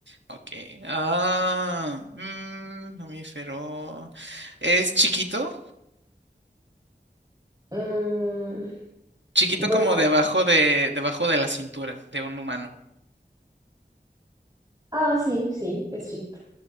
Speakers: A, on the right; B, on the right.
A: Ok. Ah, mm, mamífero. Es chiquito.
B: Mm,
A: Chiquito
B: bueno,
A: como debajo de, debajo de la cintura de un humano.
B: ah, sí, sí, es chiquito.